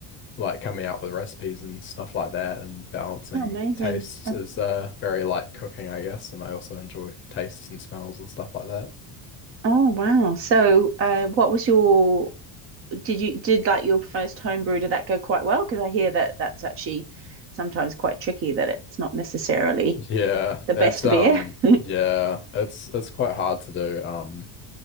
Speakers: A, on the left (about 25°); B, on the right (about 30°).
A: like coming up with recipes and stuff like that and balancing
B: Oh, amazing.
A: tastes
B: Um,
A: is uh very like cooking, I guess, and I also enjoy tastes and smells and stuff like that.
B: oh, wow. So, uh, what was your did you did like your first home brew? Did that go quite well? Because I hear that that's actually sometimes quite tricky, that it's not necessarily
A: Yeah,
B: the
A: it's
B: best
A: um
B: beer. <laughs>
A: yeah, it's it's quite hard to do um